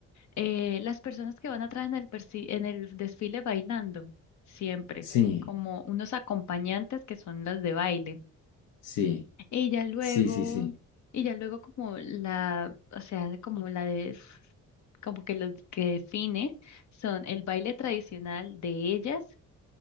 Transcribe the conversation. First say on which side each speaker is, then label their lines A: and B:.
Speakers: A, on the left; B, on the left.
A: eh, las personas que van atrás en el, persi- en el desfile bailando, siempre,
B: Sí,
A: como unos acompañantes que son las de baile.
B: sí,
A: Y ya luego,
B: sí, sí, sí.
A: y ya luego como la, o sea, como la de, como que lo que define son el baile tradicional de ellas,